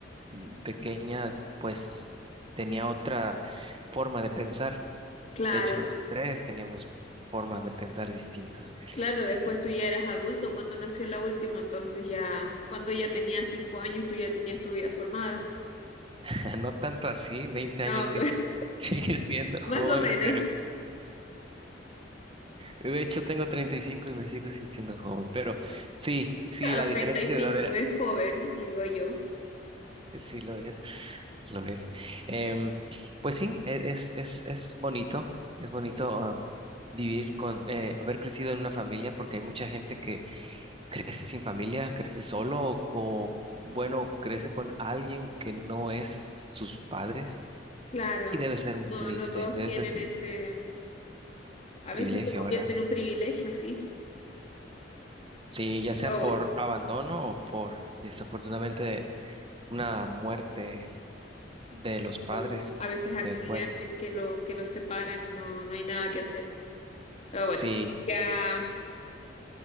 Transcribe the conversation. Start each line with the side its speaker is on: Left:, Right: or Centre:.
Right: mm, pequeña, pues tenía otra forma de pensar.
Left: Claro,
Right: De hecho, los tres teníamos formas de pensar distintas.
Left: claro, después
Right: Sí.
Left: tú ya eras adulto cuando nació la última, entonces ya, cuando ella tenía cinco años, tú ya tenías tu vida formada.
Right: <laughs> No tanto así, 20 años
Left: No,
Right: sí,
Left: <laughs>
Right: <laughs> sigue siendo
Left: más
Right: joven,
Left: o menos.
Right: pero de hecho tengo 35 y cinco y me sigo sintiendo joven, pero sí,
Left: O
Right: sí,
Left: sea,
Right: la diferencia
Left: treinta y cinco
Right: de edad era,
Left: es joven, digo yo.
Right: sí lo es, lo es. Em, pues sí, e- es, es, es bonito, es bonito ah, vivir con, eh, haber crecido en una familia, porque hay mucha gente que crece sin familia, crece solo o, o, bueno, crece con alguien que no es sus padres
Left: Claro,
Right: y debe ser un
Left: no,
Right: triste,
Left: no todos
Right: debe
Left: tienen
Right: ser tri-
Left: ese, a
Right: privilegio,
Left: veces se convierte
Right: ¿verdad?
Left: en un privilegio, sí.
Right: Sí, ya sea
Left: Pero
Right: por
Left: bueno,
Right: abandono o por, desafortunadamente, una muerte de los padres
Left: pero a veces accidentes
Right: que puede.
Left: que los que los separan y no, no hay nada que hacer. Pero bueno,
Right: Sí,
Left: ya,